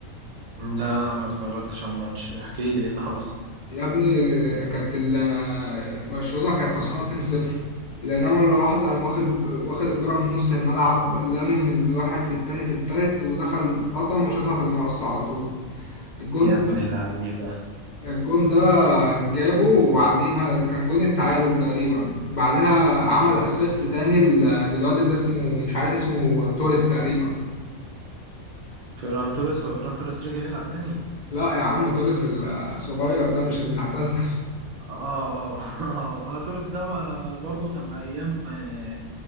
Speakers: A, on the right; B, on the left.
A: لا أنا ما اتفرجتش على الماتش احكي لي ايه اللي حصل
B: يا ابني كانت ال- برشلونة كانت خسرانة 2-0 لان مرة واحدة قام واخد واخد الكرة من نص الملعب لامم الواحد في التاني في التالت ودخل قطم وشاطها في المقص على طول الجون
A: يا ابن اللعيبة
B: الجون ده جابه وبعديها كان جون التعادل تقريبا بعدها عمل اسيست تاني لل- للواد اللي اسمه مش عارف اسمه توريس تقريبا
A: فيران توريس هو فيران توريس رجع يلعب تاني
B: لا يا عم توريس الصغير ده مش اللي اعتزل
A: اه اه اه, آه توريس ده ما برضه كان ايام آه،